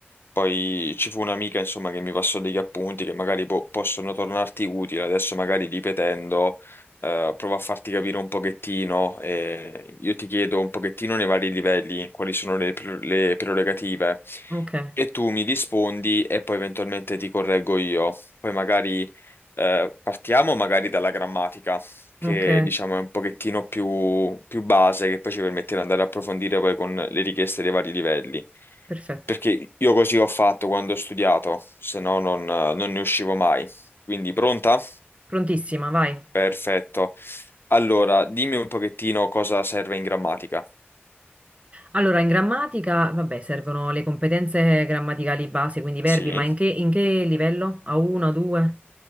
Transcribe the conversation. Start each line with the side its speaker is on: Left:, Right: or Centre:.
Left: poi ci fu un'amica insomma che mi passò degli appunti che magari po- possono tornarti utili, adesso magari ripetendo, eh, provo a farti capire un pochettino, eh, io ti chiedo un pochettino nei vari livelli quali sono le, pre- le prerogative
Right: Ok,
Left: e tu mi rispondi e poi eventualmente ti correggo io, poi magari eh, partiamo magari dalla grammatica. che
Right: ok,
Left: diciamo è un pochettino più, più base, che poi ci permette di andare a approfondire poi con le richieste dei vari livelli.
Right: perfetto.
Left: Perché io così ho fatto quando ho studiato, se no non, non ne uscivo mai. Quindi pronta?
Right: Prontissima, vai.
Left: Perfetto. Allora, dimmi un pochettino cosa serve in grammatica.
Right: Allora, in grammatica, vabbè, servono le competenze grammaticali base, quindi verbi,
Left: Sì.
Right: ma in che, in che livello? A1, A2?